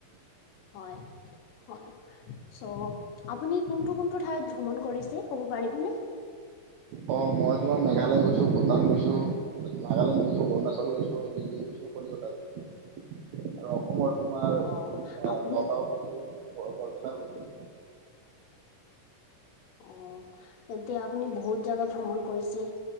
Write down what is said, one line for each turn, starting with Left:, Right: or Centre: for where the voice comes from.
Left: হয়। হয়, চ' আপুনি কোনটো কোনটো ঠাইত ভ্ৰমণ কৰিছে? ক'ব পাৰিবনে?
Right: অঁ, মই তোমাৰ মেঘালয় গৈছোঁ, ভূটান গৈছোঁ, নাগালেণ্ড গৈছোঁ, অৰুণাচল গৈছোঁ। দিল্লী গৈছোঁ, কলিকতা গৈছোঁ আৰু অসমৰ তোমাৰ
Left: অঁ আপুনি
Right: নগাঁও গৈছোঁ। সেই বৰ--বৰপেটা গৈছোঁ।
Left: অঁ, তেন্তে আপুনি বহুত জেগা ভ্ৰমণ কৰিছে।